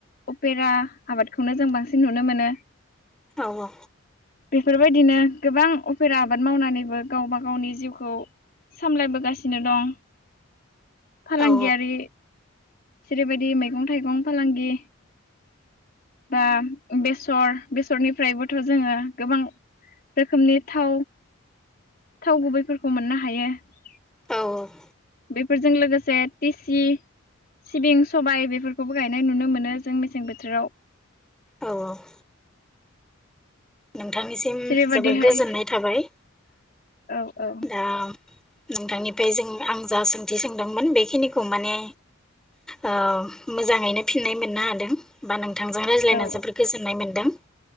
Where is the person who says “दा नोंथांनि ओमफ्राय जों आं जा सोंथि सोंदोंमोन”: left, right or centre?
Centre